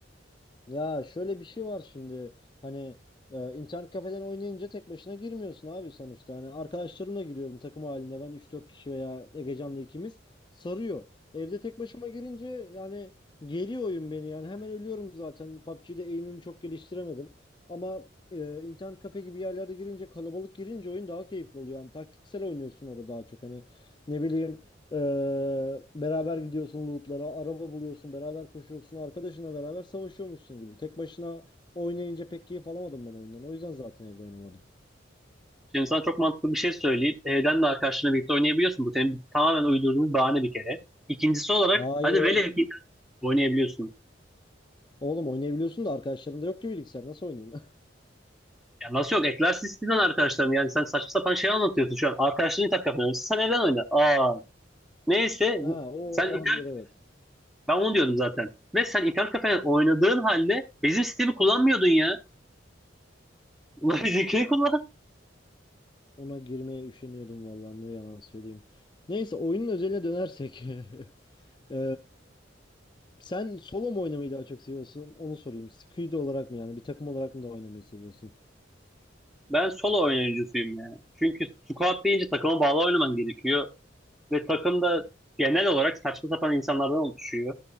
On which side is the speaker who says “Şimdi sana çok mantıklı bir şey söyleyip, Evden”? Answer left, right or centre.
Centre